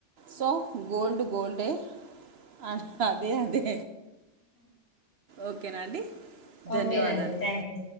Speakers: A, on the right (about 60°); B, on the left (about 70°).
A: సో గోల్డ్ గోల్డే అది అదే అదే ఓకేనా అండి
B: ఓకేనండి
A: ధన్యవాదాలు
B: థ్యాంక్ యూ